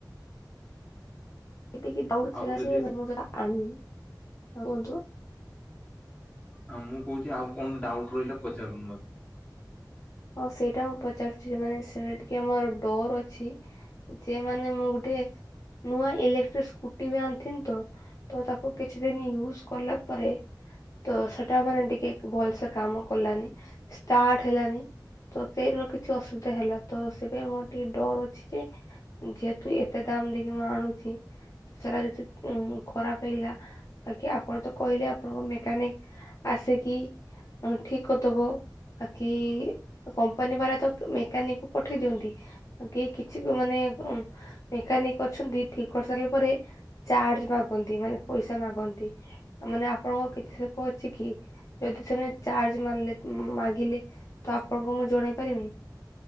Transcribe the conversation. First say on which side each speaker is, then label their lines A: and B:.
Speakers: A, on the left (about 45°); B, on the left (about 20°).
A: ଏତିକି ଡାଉଟ ଥିଲା
B: ଆଉ ଯଦି
A: ଯେ ମୁଁ ସେଟା ଆଣିବି। କୁହନ୍ତୁ?
B: ଆଉ ମୁଁ କହୁଛି ଆଉ କଣ ଡାଉଟ୍ ରହିଲା ପଚାରୁନ ମତେ?
A: ହଁ ସେଇଟା ମୁଁ ପଚାରୁଛି ଯେ ମାନେ ସେଟା ଟିକେ ମୋର ଡର ଅଛି। ଯେ ମାନେ ମୁଁ ଗୋଟେ ସେ ନୂଆ ଇଲେକ୍ଟ୍ରିକ ସ୍କୁଟି ବି ଆଣିିଥିନି ତ ତ ତାକୁ କିଛି ଦିନ ୟୁଜ କଲା ପରେ ତ ସେଟା ମାନେ ଟିକେ ଭଲସେ କାମ କଲାନି ଷ୍ଟାର୍ଟ ହେଲାନି। ତ ସେଇର କିଛି ଅସୁବିଧା ହେଲା ତ ସେ ପାଇଁ ମୋର ଟିକେ ଡର ଅଛି ଯେ ଯେହେତୁ ଏତେ ଦାମ୍ ଦେଇକି ମୁଁ ଆଣୁଚି ସାରା ଯଦି ଉ ଖରାପ ହେଇଗଲା ବାକି ଆପଣ ତ କହିଲେ ଆପଣଙ୍କ ମେକାନିକ ଆସ ଆସ କିି ଠିକ କରିଦବ ବାକି କମ୍ପାନୀ ବାଲା ତ ମେକାନିକ କ ପଠେଇ ଦିଅନ୍ତି କି କିଛି ମାନେ ମେକାନିକ ଅଛନ୍ତି ଠିକ୍ କରିସାରିଲା ପରେ ଚାର୍ଜ ମାଗନ୍ତି ମାନେ ପଇସା ମାଗନ୍ତି ମାନେ ଆପଣଙ୍କର କିଛି ସୋକ ଅଛି କି ଯଦି ସେମାନେ ଚାର୍ଜ ମାରିଲେ ମାଗିଲେ ତ ଆପଣଙ୍କୁ ମୁଁ ଜଣେଇ ପାରିବି।